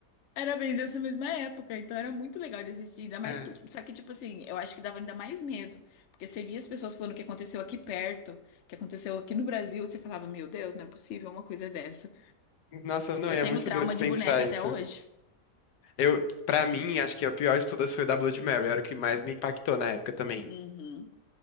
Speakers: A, on the left; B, on the left.
A: Era bem dessa mesma época, então era muito legal de assistir. Ainda mais
B: É.
A: que. Só que, tipo assim, eu acho que dava ainda mais medo. Porque você via as pessoas falando o que aconteceu aqui perto, o que aconteceu aqui no Brasil, você falava, meu Deus, não é possível uma coisa dessa.
B: Nossa, não,
A: Eu
B: e é
A: tenho
B: muito
A: trauma
B: doido pensar
A: de boneca até
B: isso.
A: hoje.
B: Eu, pra mim, acho que a pior de todas foi o da Bloody Mary, era o que mais me impactou na época também.
A: Uhum.